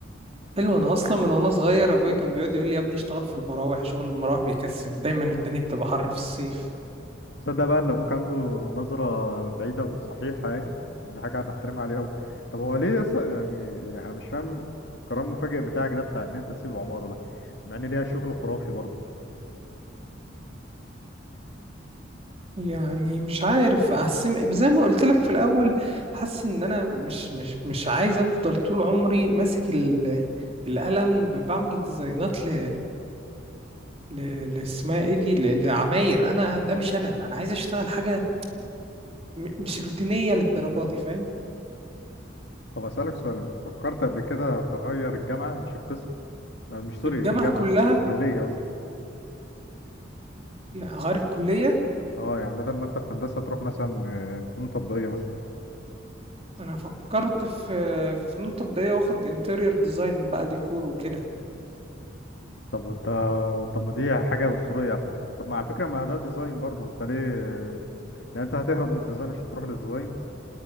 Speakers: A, on the right; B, on the left.
A: حلو انا اصلا من وانا صغير ابويا كان بيقعد يقول لي يا ابني اشتغل في المراوح شغل المراوح بيكسب دايما الدنيا بتبقى حر في الصيف
B: تصدق بقى ان ابوك عنده نظرة بعيدة وصحيحة يعني دي حاجة هنحترمها عليه قوي طب هو ليه يص... يعني يعني انا مش فاهم القرار المفاجئ بتاعك ده بتاع ان انت تسيب عمارة ده مع ان ليها شغل خرافي برضه
A: يعني مش عارف احس زي ما قلت لك في الاول حاسس ان انا مش مش مش عايز افضل طول عمري ماسك ال- القلم ب- بعمل ديزاينات ل ل لاسمها ايه دي ل- لعماير انا ده مش انا انا عايز اشتغل حاجه م- مش روتينيه للدرجه دي فاهم
B: طب اسألك سؤال انت فكرت قبل كده تغير الجامعة مش القسم آه، مش سوري
A: الجامعه
B: الجامعة
A: كلها
B: مش الكلية قصدي
A: يعني غير الكليه
B: اه يعني بدل ما انت في هندسة تروح مثلا آه، فنون تطبيقية مثلا
A: انا فكرت في في فنون تطبيقيه واخد انتيريور ديزاين بقى ديكور وكده
B: طب وانت طب ما دي حاجة أسطورية على فكرة طب ما على فكرة ما ده ديزاين برضه انت ليه يعني انت هتهرب من الديزاين عشان تروح للديزاين